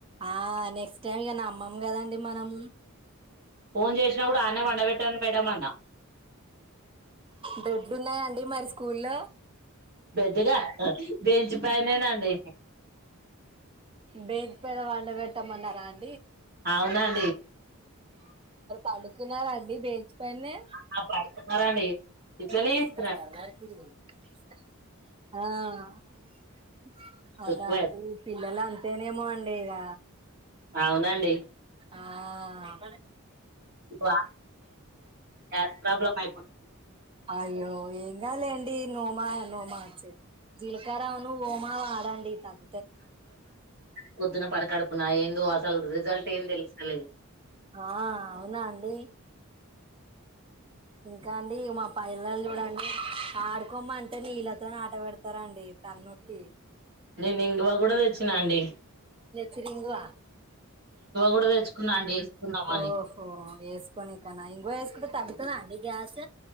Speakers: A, on the right; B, on the right.
A: ఆ నెక్స్ట్ టైమ్ ఇగ నమ్మంగదండి మనం
B: ఫోన్ చేసినా కూడా ఆన్నెపండబెట్టండి మేడం అన్న
A: బ్రెడ్లున్నాయాండి మరి స్కూల్లో
B: బెడ్ గా బేంచి పైనేనాండి
A: బేంచ్ పైన పండబెట్టామన్నారాం
B: అవునండీ
A: పడుకున్నారా అండి బేచ్ పైనే
B: ఆ పడుతున్నారండి
A: ఆ
B: ఇట్లనే చేస్తారండి
A: అవునా
B: ఎక్కువ
A: అండి పిల్లలంతేనేమో అండి ఇగా
B: అవునండీ
A: ఆ
B: ఎక్కువ గ్యాస్ ప్రాబ్లం అయిపోతుంది
A: అయ్యో ఎంగాద్లెండి నోమా నోమా చ్చి జీలకర్ర ఉన్ను ఓమా వాడండి తగ్
B: పొద్దున పరికడుపున ఏందో అసలు రిజల్ట్ ఏం తెలుస్తలేదు
A: ఆహ్ అవునా అండీ ఇంకా అండి మ పైల్లలు చూడండి ఆడుకోమ్మంటే నీళ్ళతో ఆట పెడతారండి తల్నొప్పి
B: నేను ఇంగవ కూడా తెచ్చినాండి
A: ఫిరింగువ
B: కూడా తెచ్చుకున్నా అండి వేసుకుందామని
A: ఓహో వేసుకొని కన ఇంగ్వ వేసుకుంటే తగ్గుతదా అండి గ్యాస్